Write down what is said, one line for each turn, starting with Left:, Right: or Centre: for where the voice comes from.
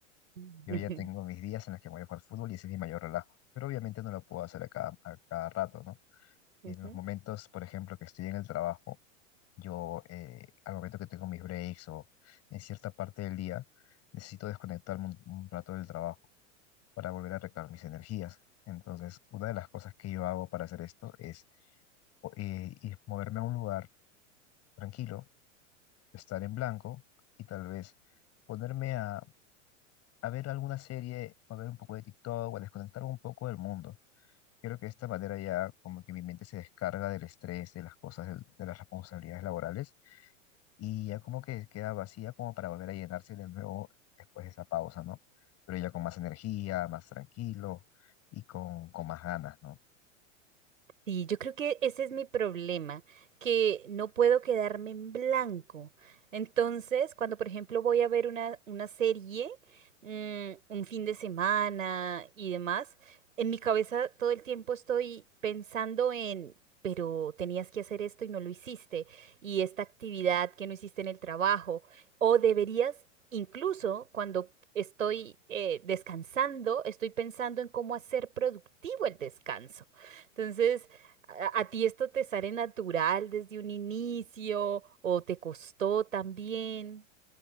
Right: <laughs>
Left: Yo ya tengo mis días en los que voy a jugar fútbol y ese es mi mayor relajo, pero obviamente no lo puedo hacer a cada, a cada rato, ¿no?
Right: Ujú.
Left: En los momentos, por ejemplo, que estoy en el trabajo, yo eh, al momento que tengo mis breaks o en cierta parte del día, necesito desconectarme un un rato del trabajo para volver a recargar mis energías. Entonces, una de las cosas que yo hago para hacer esto es o- eh, ir- moverme a un lugar tranquilo, estar en blanco y tal vez ponerme a, a ver alguna serie o a ver un poco de TikTok o a desconectar un poco del mundo. Creo que de esta manera ya como que mi mente se descarga del estrés, de las cosas, del- de, las responsabilidades laborales y ya como que queda vacía como para volver a llenarse de nuevo después de esa pausa, ¿no? Pero ya con más energía, más tranquilo y con, con más ganas, ¿no?
Right: Sí, yo creo que ese es mi problema, que no puedo quedarme en blanco. Entonces, cuando por ejemplo voy a ver una, una serie, mm, un fin de semana y demás, en mi cabeza todo el tiempo estoy pensando en, pero tenías que hacer esto y no lo hiciste, y esta actividad que no hiciste en el trabajo, o deberías, incluso cuando... Estoy eh, descansando, estoy pensando en cómo hacer productivo el descanso. Entonces, ¿A, a ti esto te sale natural desde un inicio o te costó también?